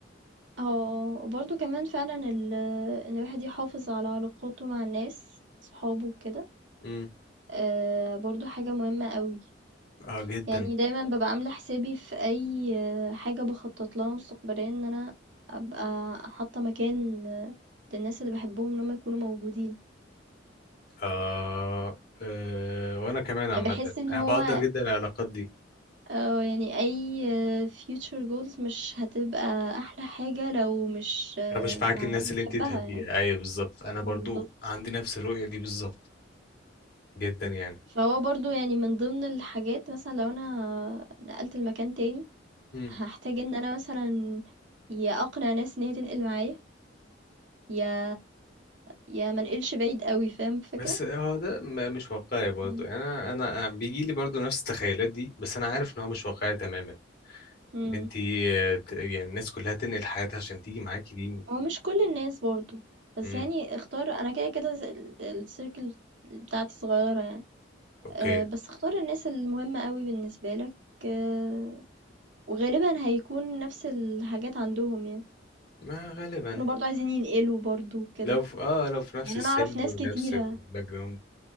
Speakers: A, on the right; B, on the left.
A: آه، آه. وبرضه كمان فعلًا ال إن الواحد يحافظ على علاقاته مع الناس، صحابه وكده،
B: مم.
A: آآ برضه حاجة مهمة أوي.
B: اه جدا
A: يعني دايمًا بابقى عاملة حسابي في أي آه، حاجة باخطط لها مستقبليًا إن أنا أبقى حاطة مكان آه، للناس اللي باحبهم إن هم يكونوا موجودين.
B: آه آه وانا كمان عامه
A: يعني باحس إن
B: انا
A: هو
B: بقدر جدا العلاقات دي
A: آه، يعني أي future goals مش هتبقى أحلى حاجة لو مش آه،
B: انا مش معاك
A: مع
B: الناس
A: ناس بتحبها
B: اللي انت تحبيها
A: يعني
B: ايوه بالظبط انا برضو
A: بالظبط
B: عندي نفس الرؤيه دي بالظبط جدا يعني
A: فهو برضو يعني من ضمن الحاجات مثلا لو أنا نقلت المكان تاني
B: مم.
A: هحتاج إن أنا مثلا يا أقنع ناس إن هي تنقل معايا يا يا منقلش بعيد قوي فاهم الفكرة
B: بس هو ده م- مش واقعي برضو
A: مم.
B: يعني انا انا بيجي لي برضو نفس التخيلات دي بس انا عارف ان هو مش واقعي تماما
A: مم.
B: ان انت آه، ت- يعني الناس كلها تنقل حياتها عشان تيجي معاكي دي
A: هو مش كل الناس برضو بس
B: امم
A: يعني اختار أنا كده كده السيركل بتاعتي صغيرة يعني.
B: اوكي
A: آآ بس اختار الناس المهمة أوي بالنسبة لك، آه، وغالبًا هيكون نفس الحاجات عندهم يعني،
B: ما غالبا
A: يكونوا برضه عايزين ينقلوا برضه وكده،
B: لو في اه لو في نفس
A: يعني
B: السن
A: أنا أعرف ناس
B: ونفس
A: كتيرة
B: الباك جراوند